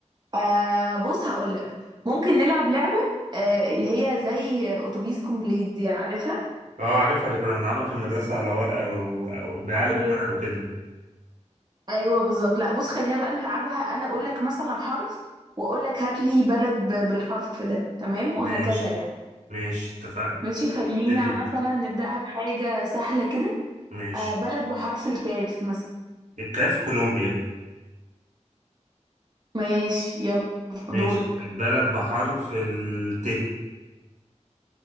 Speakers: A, on the right (about 35°); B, on the right (about 80°).
A: آه بص هقول لك ممكن نلعب لعبة آه اللي هي زي أتوبيس كومبليت دي عارفها
B: اه عارفها اللي كنا بنلعبها في المدرسه على ورقه او أو بقلم
A: ايوه
B: ورقه وكده
A: أيوه بالظبط لا بص خلينا بقى نلعبها أنا أقول لك مثلا حرف وأقول لك هات لي بلد ب- بالحرف ده تمام وهكذا
B: ماشي
A: يعني
B: ماشي اتفقنا
A: ماشي خلينا
B: ابتدي انت
A: مثلا نبدأها بحاجة سهلة كده
B: ماشي
A: آه بلد بحرف الكاف مثلا
B: الكاف كولومبيا
A: ماشي يلا
B: ماشي
A: دورك
B: البلد بحرف الت